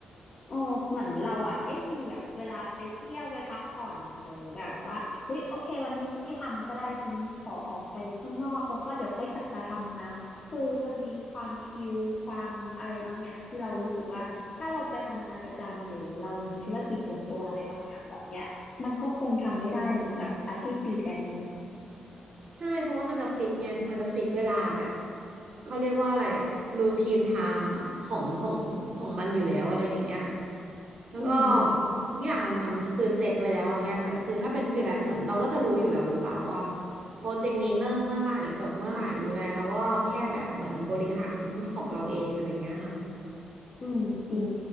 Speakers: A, on the left (about 35°); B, on the right (about 40°).
A: เออเหมือนเราอ่ะได้มีแบบเวลาไปเที่ยวไปพักผ่อนหรือแบบว่าเฮ้ยโอเควันนี้ฉันไม่ทำก็ได้ฉันขอออกไปข้างนอกแล้วก็เดี๋ยวค่อยกลับมาทำนะคือมันมีความชิลความอะไรบางอย่างที่เรารู้สึกว่าถ้าเราไปทำงานประจำหรือเรามีธุรกิจส่วนตัวอะไรบางอย่างแบบเนี้ยมันก็คงทำไม่ได้เหมือนกับอาชีพฟรีแลนซ์เนอะ
B: <laughs> ใช่เพราะว่ามันจะฟิกไงมันจะฟิกเวลาแบบเขาเรียกว่าอะไรอะรูทีนไทม์อะของของของมันอยู่แล้วอะไรอย่างเงี้ยแล้วก็
A: อืม
B: ทุกอย่างมันมันคือเซตไว้แล้วอย่างเงี้ยแต่คือถ้าเป็นฟรีแลนซ์เหมือนเราก็จะรู้อยู่แล้วหรือเปล่าว่าโปรเจกต์นี้เริ่มเมื่อไหร่จบเมื่อไหร่หรืออะไรเราก็แค่แบบเหมือนบริหารของเราเองอะไรอย่างเงี้ยค่ะ
A: อืมจริง